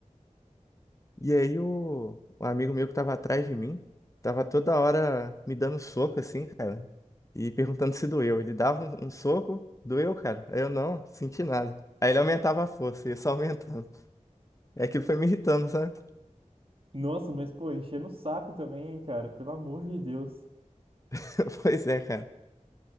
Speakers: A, on the left; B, on the right.
A: E aí o, o amigo meu que tava atrás de mim, tava toda hora me dando soco assim, cara, e perguntando se doeu. Ele dava um, um soco, doeu, cara. Aí eu não, senti nada. Aí ele aumentava a força, ia só aumentando. É aquilo foi me irritando, sabe?
B: Nossa, mas pô, enchendo o saco também, hein, cara, pelo amor de Deus.
A: <laughs> Pois é, cara.